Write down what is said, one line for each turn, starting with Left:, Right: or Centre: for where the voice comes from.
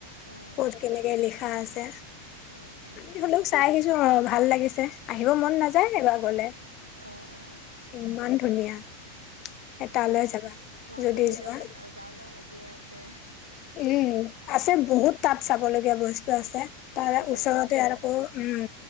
Right: অ
Left: ক'ত কেনেকে লিখা আছে
Right: অ অ
Left: আমি হলেও চাই আহিছো অ ভাল লাগিছে আহিব মন না যায় বাওঁ গলে
Right: অ অ
Left: ইমান ধুনীয়া এ
Right: উম
Left: তালে যাবা।
Right: মই
Left: যদি
Right: শুনি এতিয়া
Left: যোৱা
Right: যাওঁ-যাওঁ লাগিয়ে আছে।
Left: উম আছে বহুত তাত চাবলগীয়া বস্তু আছে তাৰ
Right: অ যাব
Left: ওচৰতে
Right: লাগিব
Left: আৰু আকৌ উম,